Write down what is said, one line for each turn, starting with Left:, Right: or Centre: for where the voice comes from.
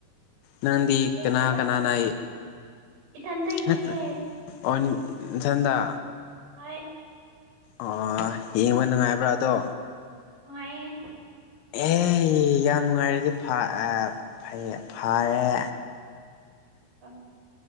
Left: ꯅꯪꯗꯤ
Right: ꯀꯩ
Left: ꯀꯅꯥ
Right: ꯍꯥꯏꯕ
Left: ꯀꯅꯥꯅꯥ
Right: ꯏꯊꯟꯇ ꯌꯦꯡꯉꯦ
Left: ꯅꯥꯊꯟꯇꯥ
Right: ꯍꯣꯏ
Left: ꯑꯣ ꯌꯦꯡꯕ ꯅꯨꯡꯉꯥꯏꯕ꯭ꯔꯥ ꯑꯗꯣ
Right: ꯅꯨꯡꯉꯥꯏꯌꯦ
Left: ꯑꯦ ꯌꯥꯝ ꯅꯨꯡꯉꯥꯏꯔꯗꯤ ꯐꯥ ꯑꯥ ꯐꯩ ꯐꯥꯌꯦ
Right: ꯎꯝ